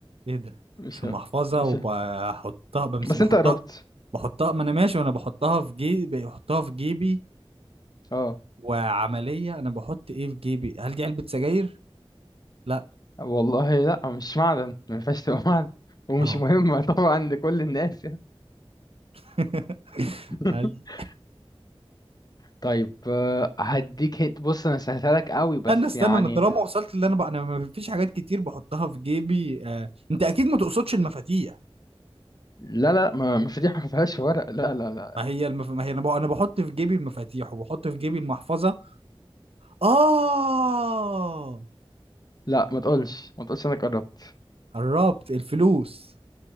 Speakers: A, on the right (about 70°); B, on the left (about 40°).
A: ايه ده
B: مش
A: مش المحفظه
B: مش
A: وبحطها بمس
B: بس
A: بحطها
B: أنت قربت
A: بحطها ما انا ماشي وانا بحطها في جيبي بحطها في جيبي
B: اه
A: وعملية أنا بحط إيه في جيبي هل دي علبة سجاير؟ لا
B: والله لا مش معدن ما ينفعش تبقى معدن ومش
A: أهو
B: مهمة <laughs> طبعا لكل الناس يعني
A: <laughs>
B: <laughs>
A: هل
B: طيب آه، هديك هيت بص انا سهلتها لك قوي بس
A: استنى استنى
B: يعني
A: أنا طالما وصلت اللي أنا بقى أنا ما فيش حاجات كتير بحطها في جيبي آه. أنت أكيد ما تقصدش المفاتيح
B: لا لا ما ما فضيحة ما فيهاش ورق لا لا لا
A: ما هي المف... ما هي أنا, بح... أنا بحط في جيبي المفاتيح وبحط في جيبي المحفظة آه
B: لا ما تقولش ما تقولش انا قربت
A: قربت الفلوس